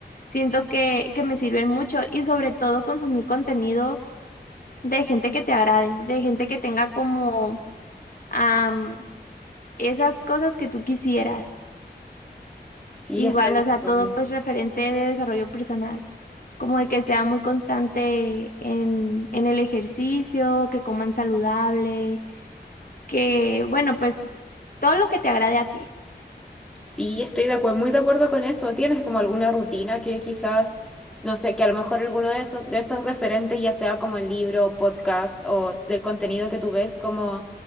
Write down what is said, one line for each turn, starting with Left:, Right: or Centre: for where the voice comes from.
Left: siento que, que me sirven mucho y sobre todo consumir contenido de gente que te agrade, de gente que tenga como am, esas cosas que tú quisieras.
Centre: Sí,
Left: Igual,
Centre: estoy
Left: o
Centre: de
Left: sea,
Centre: acuerdo.
Left: todo pues referente de desarrollo personal, como de que sea muy constante en, en el ejercicio, que coman saludable, que, bueno, pues todo lo que te agrade a ti.
Centre: Sí, estoy de acuerdo, muy de acuerdo con eso. ¿Tienes como alguna rutina que quizás, no sé, que a lo mejor alguno de esos, de estos referentes, ya sea como el libro, podcast o del contenido que tú ves, como